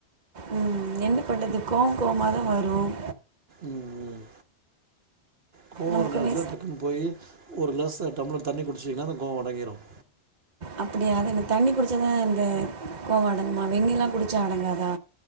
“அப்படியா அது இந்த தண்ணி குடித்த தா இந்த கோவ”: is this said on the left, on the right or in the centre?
Right